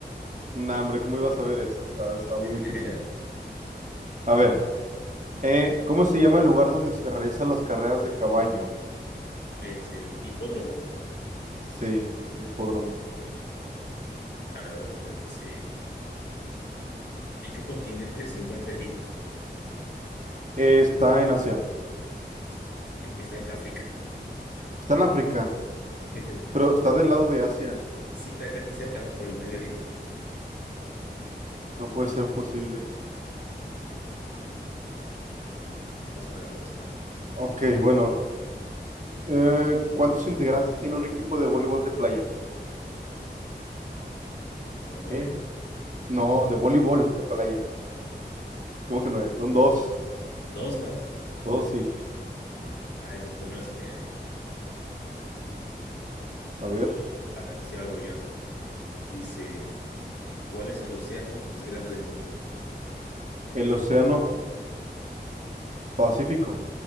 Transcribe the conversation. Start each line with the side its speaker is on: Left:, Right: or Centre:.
Right: Nah, hombre, ¿cómo iba a saber eso? Está, está muy difícil.
Left: <laughs>
Right: A ver, eh, ¿cómo se llama el lugar donde se realizan las carreras de caballo?
Left: Es el hipódromo. ¿no?
Right: Sí, el hipódromo.
Left: A ver, voy yo, dice. ¿En qué continente se encuentra Egipto?
Right: Eh, está en Asia.
Left: Híjole, está en África.
Right: Está en África,
Left: <laughs>
Right: pero está del lado de Asia.
Left: Sí, está casi cerca, ¿no? Por el Medio Oriente.
Right: No puede ser posible.
Left: No pasa nada, no pasa nada.
Right: Ok, bueno. eh, ¿cuántos integrantes tiene un equipo de voleibol de playa?
Left: Como nueve
Right: ¿Eh? No, de voleibol de playa. ¿Cómo que no es? Son dos.
Left: y dos nomás.
Right: Dos, sí.
Left: Ah, esa sí no me la sabía. ¿eh?
Right: A ver.
Left: A ver, sí, ahí voy yo, ¿no? Dice, ¿cuál es el océano más grande del mundo?
Right: El Océano Pacífico.